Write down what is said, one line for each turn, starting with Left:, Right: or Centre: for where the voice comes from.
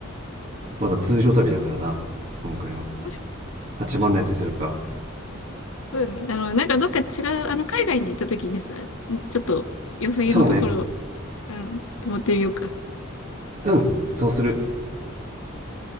Right: まだ通常旅だからな今回は
Left: <laughs>
Right: 8万のやつにするか
Left: そうよね。あの、なんかどっか違う、あの、海外に行った時にさ、んちょっと良さげのところ、
Right: そうね
Left: うん、泊まってみようか。
Right: うんそうする